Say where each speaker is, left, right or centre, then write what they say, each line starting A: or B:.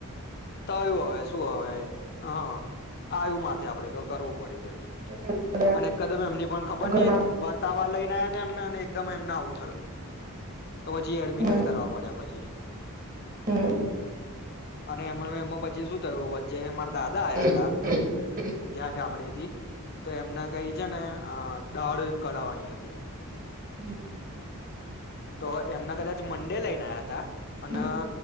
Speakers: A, on the left; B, on the right.
A: થયું હવે, શું હવે, હા આવ્યું મા આપડે તો કરવું પડ્યું પછ
B: કરવું પડે
A: અને કદમ એમની પણ ખબર
B: ઘરના
A: નહ બતાવા લઈને એમને એકદમ એમને આવું થયું તો પછી એડમિટ
B: હમ
A: જ કરવા પડ્યા પછી
B: હમ
A: અને એમ એમાં પછી શું થયું વચ્ચે દાદા આયા
B: હમ
A: ત
B: હમ હમ
A: ત્યાં ગામડે થી તો એમના કઈક જને દાળ કઢાવવાની હતી
B: હમ
A: તો એમના કદાચ મંડે લઈને આવયા હતા અને
B: હમ